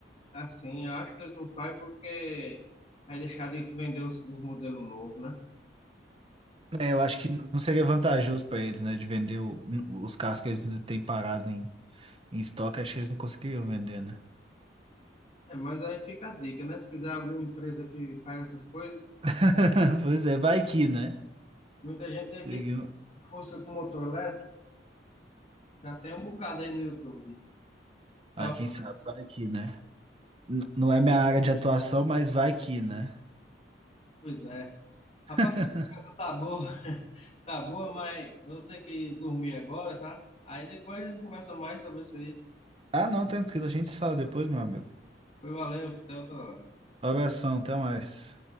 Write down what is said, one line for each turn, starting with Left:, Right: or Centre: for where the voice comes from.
Left: assim, eu acho que eles não fazem porque vai deixar de vender os, os modelos novos, né?
Right: É, eu acho que não seria vantajoso pra eles, né? De vender o- os carros que eles ainda têm parado em, em estoque, acho que eles não conseguiriam vender, né?
Left: É, mas aí fica a dica, né? Se quiser abrir uma empresa que faz essas coisas,
Right: <laughs> Pois é, vai que, né?
Left: muita gente tem
Right: Seguindo-
Left: aqui força com motor elétrico, já tem um bocado aí no YouTube. Os caras
Right: Ah, quem
Left: falam,
Right: sabe, vai que, né? N- não é minha área de atuação, mas vai que, né?
Left: Pois é.
Right: <laughs>
Left: Rapaz, a coisa tá boa, <laughs> tá boa, mas eu vou ter que dormir agora, tá? Aí depois a gente conversa mais sobre isso aí.
Right: Ah, não, tranquilo, a gente se fala depois, meu amigo.
Left: Foi valeu, até outra hora.
Right: Um abração, até mais.